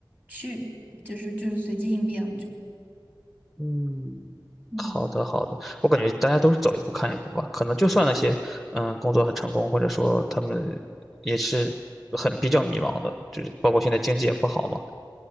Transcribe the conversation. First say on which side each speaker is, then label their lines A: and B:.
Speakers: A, on the right; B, in the centre.
A: 去，就是就是随机应变，就
B: 嗯，
A: 嗯，
B: 好的好的，我感觉大家都是走一步看一步吧。可能就算那些，嗯，工作很成功，或者说他们也是很比较迷茫的，就是包括现在经济也不好嘛。